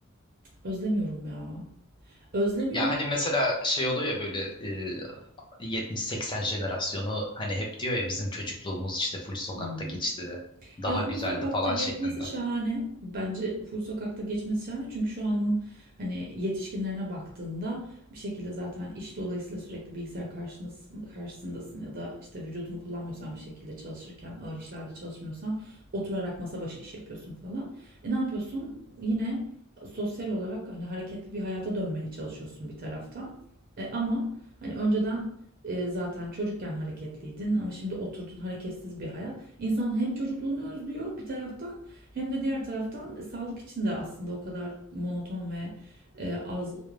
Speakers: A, on the right; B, on the left.
A: Özlemiyorum ya. Özlemiyorum.
B: Ya hani mesela şey oluyor ya böyle e, 70-80 jenerasyonu hani hep diyor ya bizim çocukluğumuz işte full sokakta
A: Hıı.
B: geçti. Daha
A: Ya Full
B: güzeldi
A: Sokak'ta
B: falan
A: geçmesi
B: şeklinde.
A: şahane. Bence Full Sokak'ta geçmesi şahane. Çünkü şu anın hani yetişkinlerine baktığında bir şekilde zaten iş dolayısıyla sürekli bilgisayar karşındasın, karşısındasın ya da işte vücudunu kullanmıyorsan bir şekilde çalışırken ağır işlerde çalışmıyorsan oturarak masa başı iş yapıyorsun falan. E ne yapıyorsun? Yine sosyal olarak hani hareketli bir hayata dönmeye çalışıyorsun bir taraftan. E ama hani önceden e, zaten çocukken hareketliydin ama şimdi oturdun hareketsiz bir hayat. İnsan hem çocukluğunu özlüyor bir taraftan hem de diğer taraftan e, sağlık için de aslında o kadar monoton ve e, az